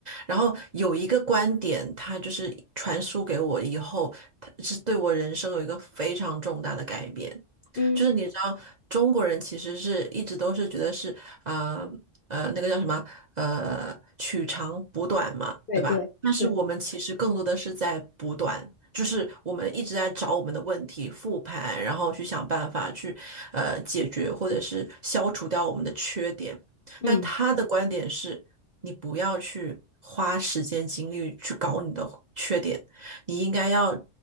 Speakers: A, on the right; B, on the left.
A: 然后有一个观点，他就是传输给我以后，他是对我人生有一个非常重大的改变。
B: 嗯，
A: 就是你知道，中国人其实是一直都是觉得是呃呃那个叫什么呃取长补短嘛，
B: 对对对，
A: 对吧？但是我们其实更多的是在补短，就是我们一直在找我们的问题复盘，然后去想办法去呃解决或者是消除掉我们的缺点。
B: 嗯
A: 但他的观点是，你不要去花时间精力去搞你的缺点，你应该要